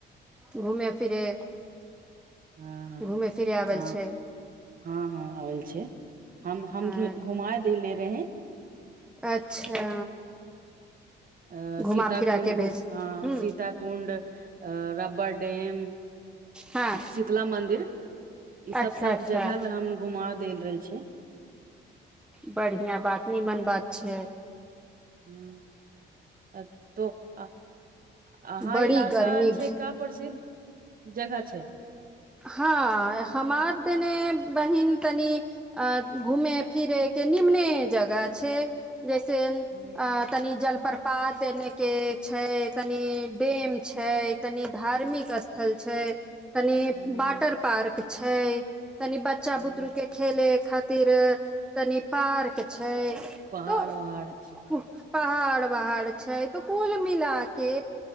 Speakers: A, in the centre; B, on the right (about 45°).
A: घूमे फिरे।
B: हँ
A: घूमेय फिरय आवल
B: हँ
A: छैय।
B: हँ हँ आबल छै हम
A: छै
B: हम घ घुमा देले रहें।
A: अच्छा।
B: अ
A: घुमा
B: सीता
A: फिरा
B: कुण्ड
A: के भेज
B: हँ
A: हूँ
B: सीत कुण्ड, रब्बर डैम,
A: हँ
B: शीतला मन्दिर ई सब
A: अच्छा
B: सब।
A: अच्छा
B: जगह हम घुमा। देल रहल छै।
A: बढ़िआँ बात नीमन बात छै।
B: ह अ तो आ अहाँ
A: बड़ी
B: इलाका
A: गर्मी भे
B: छै का प्रसिद्ध। जगह छै।
A: हँ हमार देने बहिन तनी अ घूमे फिरे के निम्ने जगह छै। जैसे
B: हम्म,
A: अ तनी जल। प्रपात एने के छै तनि डेम छै तनि धार्मिक स्थल छै तनि। वाटर
B: हम्म,
A: पार्क। छैय। कनि बच्चा
B: हम्म,
A: बुतरु के खेले। खातिर तनी पार्क छैय। छैय।
B: पहाड़ वहाड़ छै
A: पहाड़ वहाड़ छैय त कुल मिला के